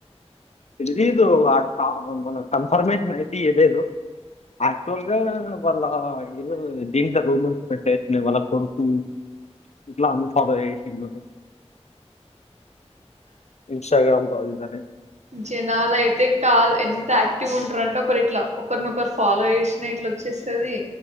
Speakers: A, on the left; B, on the right.
A: తెలిదు మన కన్ఫర్మేషన్ అయితేయలేదు క్చువల్ గా వల్ ఇ దింట ర అంటే వాళ్ల కొడుకు ఇంట్లో అంతా అలా చేసిండ్రు ఇంస్టాగ్రామ్ కాదితానే
B: జనాలు అయితే కాదు ఎంత యాక్టివ్ ఉంటారంటే ఒకరు ఇట్లా ఒకరినొకరు ఫాలో చేసిన ఇట్లా వచ్చేస్తుంది